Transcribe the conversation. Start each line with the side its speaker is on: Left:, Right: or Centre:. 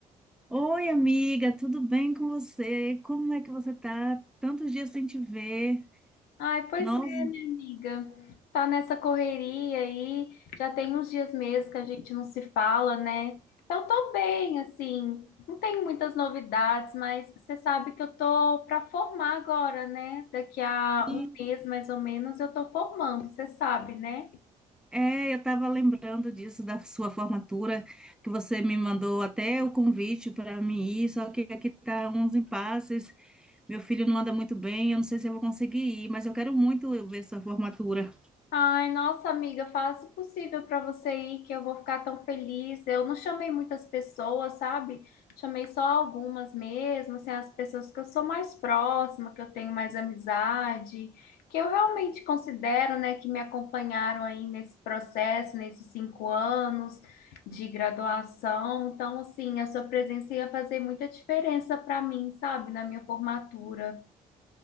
Centre: Oi, amiga, tudo bem com você? Como é que você tá? Tantos dias sem te ver.
Left: Ai, pois
Centre: Nossa,
Left: é, minha amiga. Tá nessa correria aí, já tem uns dias mesmo que a gente não se fala, né? Eu tô bem, assim, não tenho muitas novidades, mas você sabe que eu tô pra formar agora, né? Daqui a
Centre: e
Left: um mês, mais ou menos, eu tô formando, você sabe, né?
Centre: é, eu tava lembrando disso da sua formatura, que você me mandou até o convite para mim ir, só que aqui tá uns impasses. Meu filho não anda muito bem, eu não sei se eu vou conseguir ir, mas eu quero muito eu ver sua formatura.
Left: Ai, nossa amiga, faça o possível para você ir, que eu vou ficar tão feliz. Eu não chamei muitas pessoas, sabe? Chamei só algumas mesmo, assim, as pessoas que eu sou mais próxima, que eu tenho mais amizade, que eu realmente considero, né, que me acompanharam aí nesse processo, nesses cinco anos de graduação. Então, assim, a sua presença ia fazer muita diferença para mim, sabe? Na minha formatura.